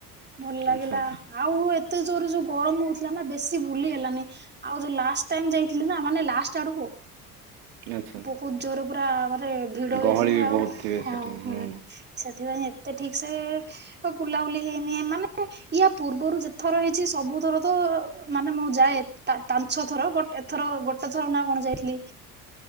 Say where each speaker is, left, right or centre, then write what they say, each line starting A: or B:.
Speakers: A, on the right; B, on the right.
A: ଭଲ ଲାଗିଲା।
B: ଆଚ୍ଛା
A: ଆଉ ଏତେ ଜୋର ଯୋଉ ଗରମ ହଉଥିଲା ନା ବେଶୀ ବୁଲି ହେଲାନି। ଆଉ ଯୋଉ ଲାଷ୍ଟ ଟାଇମ ଯାଇଥିଲି ନା ମାନେ ଲାଷ୍ଟ ଆଡକୁ।
B: ଆଚ୍ଛା
A: ବହୁତ ଜୋରରେ ପୁରା ମାନେ ଭିଡ
B: ଗହଳି
A: ହେଇଥିଲେ।
B: ବି
A: ଆଉ
B: ବହୁତ ଥିବେ
A: ହଁ-
B: ସେଠି
A: ହଁ
B: ହୁଁ।
A: ସେଥିପାଇଁ ଏତେ ଠିକ ସେ ବୁଲାବୁଲି ହେଇନି ମାନେ ୟା ପୂର୍ବରୁ ଯେ ଥର ହେଇଛି ସବୁ ଥର ତ ମାନେ ମୁଁ ଯାଏ ତା ତାଞ୍ଚ ଥର ବଟ ଥର ଗୋଟେ ଥର ନା କଣ ଯାଇଥିଲି?